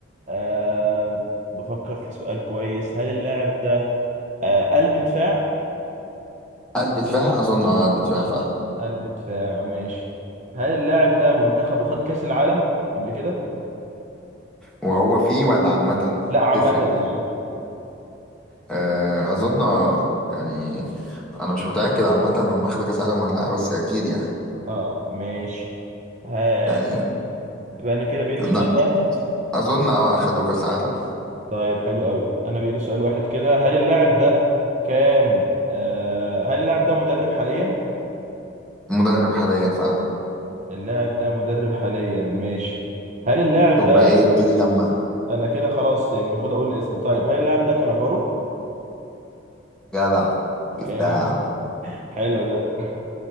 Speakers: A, on the right; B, in the centre.
A: آه بفكر في سؤال كويس هل اللاعب ده آه قلب دفاع
B: قلب دفاع اظن اه قلب دفاع فا
A: قلب دفاع ماشي هل اللاعب ده منتخبه خد كأس العالم قبل كده؟
B: وهو فيه ولا عامه
A: لا عامة
B: تفرق
A: يعني
B: آه اظن اه يعني انا مش متاكد عامه هم اخدوا كاس عالم ولا لا بس اكيد يعني
A: اه ماشي ها
B: يعني
A: م- يبقى انا كده بيلي
B: لا
A: سؤال واحد
B: اظن اه اخدوا كاس عالم
A: طيب حلو قوي انا بيلي سؤال واحد كده هل اللاعب ده كان آه هل اللاعب ده مدرب حاليا؟
B: مدرب حاليا فا
A: اللاعب ده مدرب حاليا ماشي هل اللاعب
B: شوف
A: ده
B: بقى ايه ابتدي جمع
A: انا كده خلاص يعني المفروض اقول الاسم طيب هل اللاعب ده كانافارو؟
B: جدع جبتها
A: جامد
B: يا عم
A: حلو ده